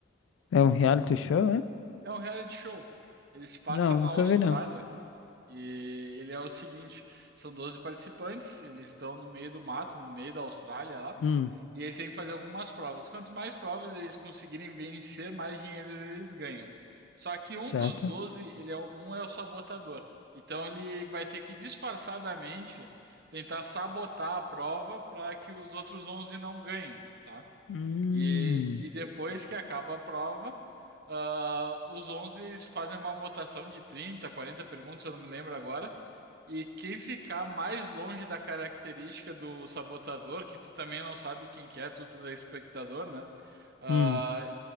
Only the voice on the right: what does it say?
É um reality show. Ele se passa
na
Austrália
e ele é o seguinte, são 12 participantes, eles estão no meio do mato, no meio da Austrália lá.
E eles têm que fazer algumas provas. Quanto mais provas eles conseguirem vencer, mais dinheiro eles ganham. Só que um
dos 12 ele é, o- um é o sabotador. Então ele vai ter que disfarçadamente tentar sabotar a prova para que os outros 11 não ganhem, tá?
E, e depois que acaba a prova, ah, os 11 fazem uma votação de 30, 40 perguntas, eu não me lembro agora, e quem ficar mais longe da característica do sabotador, que tu também não sabe quem que é, tu telespectador, né? Ah,